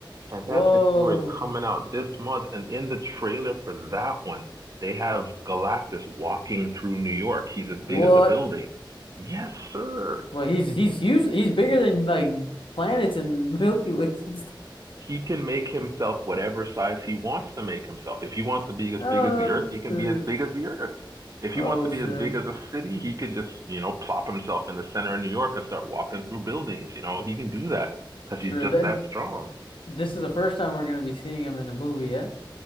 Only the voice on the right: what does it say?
Fantastic
Four is coming out this month, and in the trailer for that one, they have Galactus walking through New York. He's as
big as a building. Yes, sir.
He can make himself whatever size he wants to make himself. If he wants to be as
big as the Earth, he can
be as big as the Earth. If he
wants to be
as big as a city, he can just, you know, plop himself in the center of New York and start walking through buildings. You know, he can do that because
he's just
that strong.